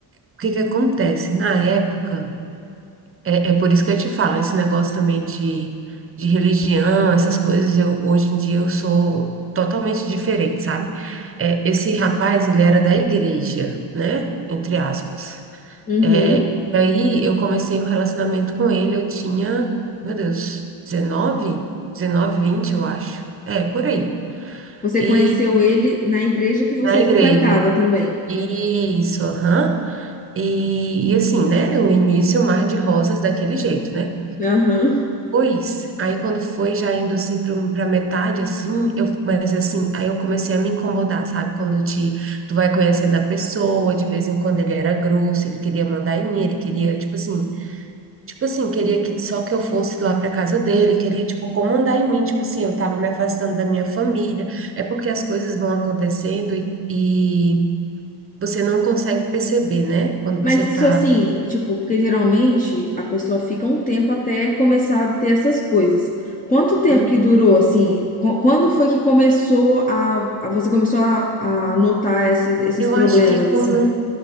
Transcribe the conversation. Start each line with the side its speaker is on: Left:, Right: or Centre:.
Right: o que que acontece? Na época. É, é por isso que eu te falo, esse negócio também de, de religião, essas coisas, eu, hoje em dia eu sou totalmente diferente, sabe? É, esse rapaz, ele era da igreja, né? Entre aspas.
Left: Uhum.
Right: É, e aí eu comecei um relacionamento com ele, eu tinha, meu Deus, 19? 19, 20, eu acho. É, por aí.
Left: Você
Right: E
Left: conheceu ele na igreja que você
Right: na igreja.
Left: frequentava também.
Right: Isso, aham. E, e assim, né? O início, o mar de rosas daquele jeito, né?
Left: Aham.
Right: Pois, aí quando foi já indo assim para metade assim, eu mas assim, aí eu comecei a me incomodar, sabe? Quando te tu vai conhecendo a pessoa, de vez em quando ele era grosso, ele queria mandar em mim, ele queria, tipo assim, tipo assim, queria que só que eu fosse lá para casa dele, queria tipo comandar em mim, tipo assim, eu tava me afastando da minha família. É porque as coisas vão acontecendo e, e você não consegue perceber, né? Quando você
Left: Mas isso
Right: tá
Left: assim, tipo, porque geralmente a pessoa fica um tempo até começar a ter essas coisas. Quanto tempo
Right: Hum.
Left: que durou, assim? Qu- Quando foi que começou a, a- você começou a, a notar essas- esses
Right: Eu
Left: problemas,
Right: acho que com
Left: assim?